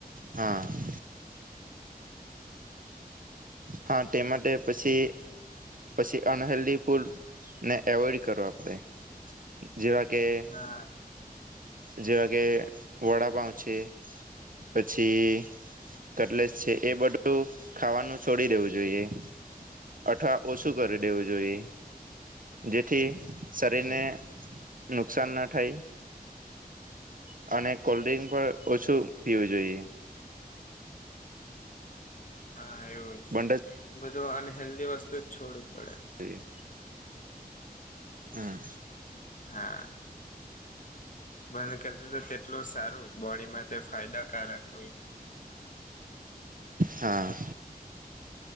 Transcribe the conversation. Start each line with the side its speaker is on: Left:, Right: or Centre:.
Right: હ હા તે માટે પછી, પછી અનહેેલ્ધી ફૂડ ને- એવોઈડ કરવા પડે. જેવા કે-
Left: હા
Right: -જેવા કે વડાપાઉ છે. પછી કટલેસ છે, એ બધું ખાવાનું- -છોડી દેવું જોઈએ. અથવા ઓછું કરી દેવું જોઈએ. જેથી શરીરને નુકસાન ના થાય, - -અને કોલ્ડ્રિંક પણ ઓછું પીવું જોઈએ.
Left: હા, એવું જ,
Right: બંધ
Left: બધું અનહેેલ્ધી વસ્તુ છોડવું પડે.
Right: એજ હમ
Left: હા બંધ કરીદે તો, તેટલું સારું બોડી માટે ફાયદાકારક હોય.
Right: હા